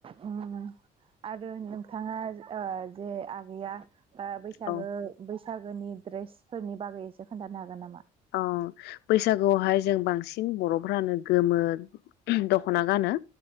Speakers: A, on the right; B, on the left.
A: उम आरो नोंथाङा ओ जे आगैया बा बैसागो
B: औ
A: बैसा सागोनि ड्रेसफोरनि बागै एसे खोनथानो हागोन नामा?
B: अ बैसागुआवहाय जों बांसिन बर'फ्रानो गोमो दख'ना गानो।